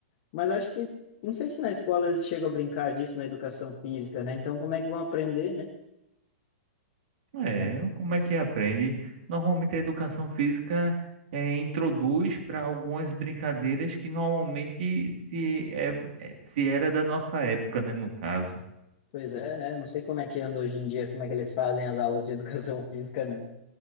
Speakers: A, on the left; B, on the right.
A: Mas acho que, não sei se na escola eles chegam a brincar disso na educação física, né? Então, como é que vão aprender, né?
B: É,
A: Também.
B: como é que aprende? Normalmente a educação física é, introduz para algumas brincadeiras que normalmente se, é, é- se era da nossa época, né, no caso.
A: Pois é, é, não sei como é que anda hoje em dia, como é que eles fazem as aulas de <laughs> educação física, né?